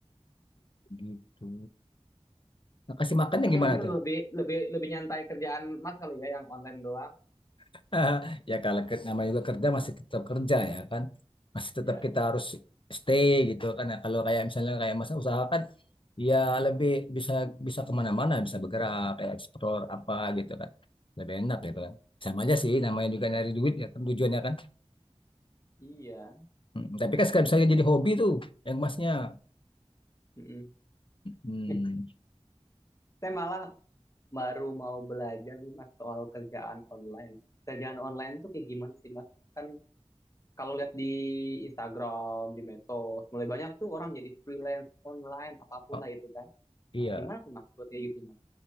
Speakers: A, on the left; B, on the left.
A: Gitu. Nah, kasih makannya
B: Tapi
A: gimana
B: mungkin
A: tuh?
B: lebih lebih lebih nyantai kerjaan Mas kali ya yang online doang.
A: <laughs> Ya kalau ke- namanya juga kerja masih tetap kerja ya kan. Masih tetap
B: Ya,
A: kita harus stay gitu kan. Nah, kalau kayak misalnya kayak masa usaha kan ya lebih bisa bisa kemana-mana bisa bergerak kayak eksplor apa gitu kan. Lebih enak gitu kan. Sama aja sih namanya juga nyari duit ya kan tujuannya kan.
B: iya.
A: Mm, Tapi kan sekarang misalnya jadi hobi tuh yang emasnya.
B: Mm-mm.
A: Mm,
B: <laughs> Saya malah baru mau belajar nih Mas soal kerjaan online. Kerjaan online tuh kayak gimana sih Mas? Kan kalau lihat di Instagram, di medsos, mulai banyak tuh orang jadi freelance online apapun
A: oh,
B: lah itu kan.
A: iya.
B: Gimana tuh Mas buat kayak gitu Mas?